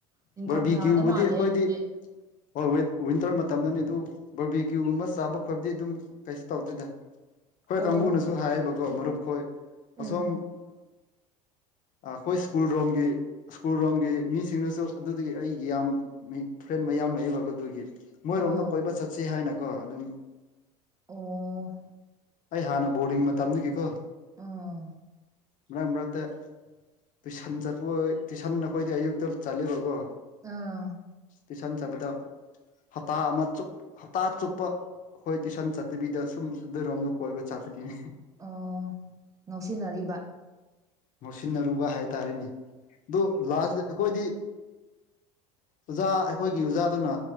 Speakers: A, on the right; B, on the left.
A: ꯅꯤꯡꯊꯝꯊꯥꯗ
B: ꯕꯔꯕꯤ ꯀ꯭ꯌꯨꯕꯨꯗꯤ
A: ꯃꯥꯜꯂꯦ
B: ꯑꯩꯈꯣꯏꯗꯤ
A: ꯑꯗꯨꯗꯤ
B: ꯍꯣꯏ ꯋꯤꯟꯇꯔ ꯃꯇꯝꯗꯅꯤ ꯑꯗꯨ ꯕꯔꯕꯤ ꯀ꯭ꯌꯨꯒꯨꯝꯕ ꯆꯥꯕ ꯈꯠꯕꯗꯤ ꯑꯗꯨꯝ ꯀꯩꯁꯨ ꯇꯧꯗꯣꯏꯗ ꯍꯣꯏ
A: ꯑꯣ
B: ꯀꯥꯡꯕꯨꯅꯁꯨ ꯍꯥꯏꯌꯦꯕꯀꯣ ꯃꯔꯨꯞ ꯈꯣꯏ ꯑꯁꯣꯝ
A: ꯎꯝ
B: ꯑꯩꯈꯣꯏ ꯁ꯭ꯀꯨꯜ ꯔꯣꯝꯒꯤ ꯁ꯭ꯀꯨꯜ ꯔꯣꯝꯒꯤ ꯃꯤꯁꯤꯡꯗꯨꯁꯨ ꯑꯗꯨꯗꯒꯤ ꯑꯩꯒꯤ ꯌꯥꯝ ꯃꯤ ꯐ꯭ꯔꯦꯟ ꯃꯌꯥꯝ ꯂꯩꯕ ꯑꯗꯨꯒꯤ ꯃꯣꯏꯔꯣꯝꯗ
A: ꯑꯥ
B: ꯀꯣꯏꯕ ꯆꯠꯁꯤ ꯍꯥꯏꯅꯀꯣ ꯑꯗꯨꯝ
A: ꯑꯣ
B: ꯑꯩ ꯍꯥꯟꯅ ꯕꯣꯔꯗꯤꯡ ꯃꯇꯝꯗꯒꯤꯀꯣ
A: ꯑꯥ
B: ꯃꯔꯛ ꯃꯔꯛꯇ ꯇꯨꯏꯁꯟ ꯆꯠꯄ ꯇꯨꯏꯁꯟ ꯑꯩꯈꯣꯏꯗꯤ ꯑꯌꯨꯛꯇ ꯆꯠꯂꯦꯕꯀꯣ
A: ꯑꯥ
B: ꯇꯨꯏꯁꯟ ꯆꯠꯄꯗ ꯍꯞꯇꯥ ꯑꯃ ꯍꯇꯥ ꯆꯨꯞꯄ ꯍꯣꯏ ꯇꯨꯏꯁꯟ ꯆꯠꯇꯕꯤꯗ ꯁꯨꯝ ꯑꯗꯨꯔꯣꯝꯗ ꯀꯣꯏꯕ ꯆꯠꯄꯅꯤꯅꯦ
A: ꯑꯣ ꯉꯥꯎꯁꯤꯟꯅꯔꯤꯕ
B: ꯉꯣꯠꯁꯤꯟꯅꯔꯨꯕ ꯍꯥꯏꯇꯥꯔꯦꯅꯦ ꯑꯗꯨꯣ ꯂꯥꯁ ꯑꯩꯈꯣꯏꯗꯤ ꯑꯣꯖꯥ ꯑꯩꯈꯣꯏꯒꯤ ꯑꯣꯖꯥꯗꯨꯅ